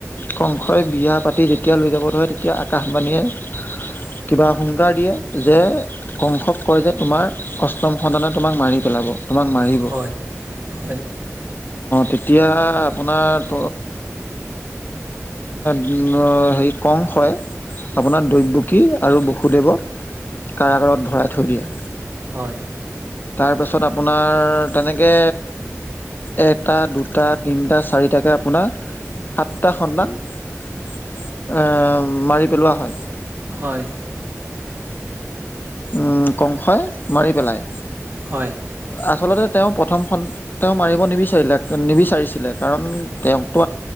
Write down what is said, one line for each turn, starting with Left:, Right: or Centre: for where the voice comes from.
Left: কংসই বিয়া পাতি যেতিয়া লৈ যাব ধৰে তেতিয়া আকাশবাণীয়ে কিবা হুংকাৰ দিয়ে যে কংসক কয় যে তোমাৰ অষ্টম সধানে তোমাক মাৰি পেলাব তোমাক মাৰিব
Right: হয়
Left: অ',
Right: হয়
Left: তেতিয়া আপোনাৰ হেৰি কং হয় আপোনাৰ দৈৱ্যকী আৰু বসুদেৱক কাৰাগাৰত ভৰাই থৈ দিয়ে।
Right: হয়
Left: তাৰপিছত আপোনাৰ তেনেকে এটা, দুটা, তিনিটা চাৰিটাকে আপোনাৰ সাতটা সন্তান আ, মাৰি পেলোৱা হয়।
Right: হয়
Left: উম, কংসই মাৰি পেলাই।
Right: হয়
Left: আচলতে তেওঁ প্ৰথমখন তেওঁ মাৰিব নিবিচাৰিলে নিবিচাৰিছিলে কাৰণ তেওঁকতো